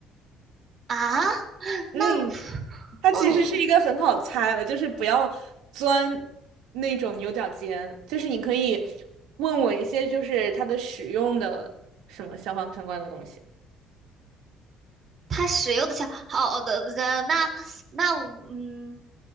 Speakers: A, on the right (about 45°); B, on the right (about 85°).
A: 啊。
B: 嗯，
A: 那
B: 它其实是一个很好猜的，
A: 哦，
B: 就是不要钻那种牛角尖，就是你可以问我一些就是它的使用的什么消防相关的东西。
A: 它使用的下好的的那那我嗯，